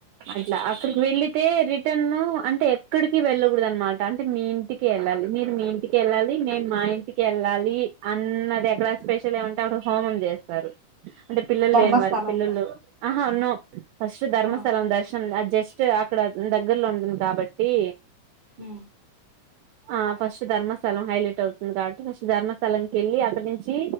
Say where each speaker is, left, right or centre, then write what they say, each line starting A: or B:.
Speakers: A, on the right (about 80°); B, on the right (about 50°).
A: అట్లా అక్కడికి వెళ్ళితే రిటర్న్ అంటే ఎక్కడికి వెళ్ళకూడ అనమాట అంటే మీ ఇంటికి వెళ్ళాలి మీరు మీ ఇంటికి వెళ్ళాలి మేము మా ఇంటికి వెళ్ళాలి అన్నది ఎక్కడా స్పెషల్ ఏమంటే అక్క హోమ్ స్త అంటే పిల్లలు
B: ధర్మస్థలంలో
A: లేని వారికి పిల్లలు ఆహా ఉన్నా ఫస్ట్ ధర్మస్థలం
B: ఆ
A: దర్శం జస్ట్ అక్కడ దగ్గర్లో ఉంటుంది కాబట్టి
B: హ
A: ఆ ఫస్ట్ ధర్మస్థలం హైలైట్ అవుతుంది కాబట్టి ఫస్ట్ ధర్మస్థలంక వెళ్ళి అక్కడ నుంచి